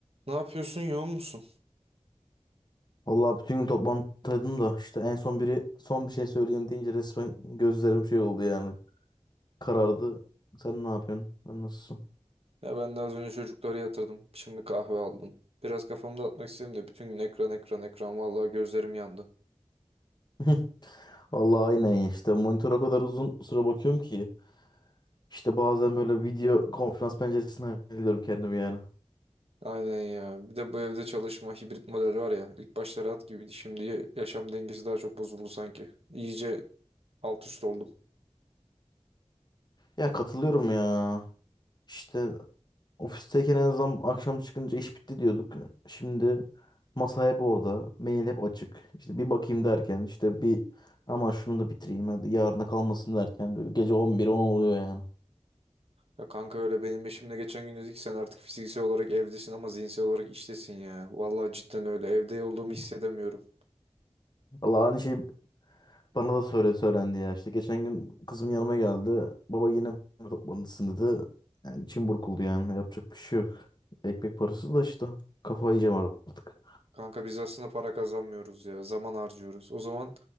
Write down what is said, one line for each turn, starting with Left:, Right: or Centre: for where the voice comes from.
Right: Ne yapıyorsun, yoğun musun?
Left: Vallahi bütün gün toplantıdaydım da işte en son biri son bir şey söyleyeyim deyince resmen gözlerim şey oldu yani. Karardı. Sen ne yapıyorsun? Sen nasılsın?
Right: Ya ben de az önce çocukları yatırdım. Şimdi kahve aldım. Biraz kafamı dağıtmak istedim de bütün gün ekran ekran ekran vallahi gözlerim yandı.
Left: <laughs> Vallahi aynen ya işte monitöre o kadar uzun süre bakıyorum ki. İşte bazen böyle video konferans penceresine alıyorum kendimi yani.
Right: Aynen ya. Bir de bu evde çalışma hibrit model var ya. İlk başta rahat gibiydi. Şimdi yaşam dengesi daha çok bozuldu sanki. İyice alt üst oldum.
Left: Ya katılıyorum ya. İşte Ofisteyken en azından akşam çıkınca iş bitti diyorduk. Şimdi masa hep orada. Mail hep açık. İşte bir bakayım derken işte bir aman şunu da bitireyim hadi yarına kalmasın derken böyle gece 11 10 oluyor yani.
Right: Ya kanka öyle benim eşimle geçen gün dedi ki sen artık fiziksel olarak evdesin ama zihinsel olarak iştesin ya. Vallahi cidden öyle. Evde olduğumu
Left: <laughs>
Right: hissedemiyorum.
Left: Valla aynı şey bana da söyle söylendi ya. İşte geçen gün kızım yanıma geldi. Baba yine mi toplantısın dedi. Yani içim burkuldu yani. Yapacak bir şey yok. Ekmek parası da işte. Kafayı yiyeceğim artık.
Right: Kanka biz aslında para kazanmıyoruz ya. Zaman harcıyoruz. O zaman